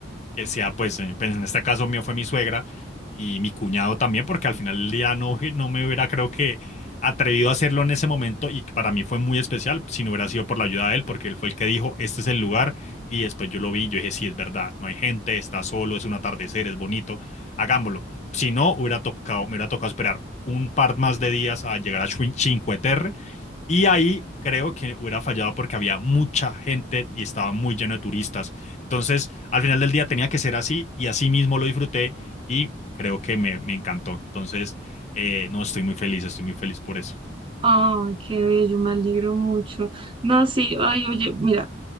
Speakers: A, on the left; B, on the right.
A: que sea, pues, eh, pues, en este caso mío fue mi suegra y mi cuñado también, porque al final del día no, <laughs> no me hubiera, creo que, atrevido a hacerlo en ese momento y que para mí fue muy especial si no hubiera sido por la ayuda de él, porque él fue el que dijo, este es el lugar y después yo lo vi, y yo dije, sí, es verdad, no hay gente, está solo, es un atardecer, es bonito, hagámoslo. Si no, hubiera tocado, me hubiera tocado esperar un par más de días a llegar a Chin- Cinque Terre y ahí creo que hubiera fallado porque había mucha gente y estaba muy lleno de turistas. Entonces, al final del día tenía que ser así y así mismo lo disfruté y creo que me, me encantó. Entonces, eh, no, estoy muy feliz, estoy muy feliz por eso.
B: Ay, qué bello, me alegro mucho. No, sí, ay, oye, mira.